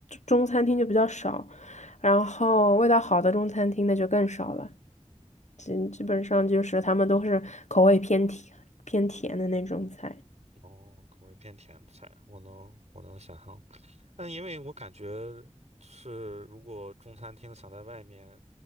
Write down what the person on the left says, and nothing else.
中餐厅就比较少，然后味道好的中餐厅那就更少了，基基本上就是他们都是口味偏甜偏甜的那种菜。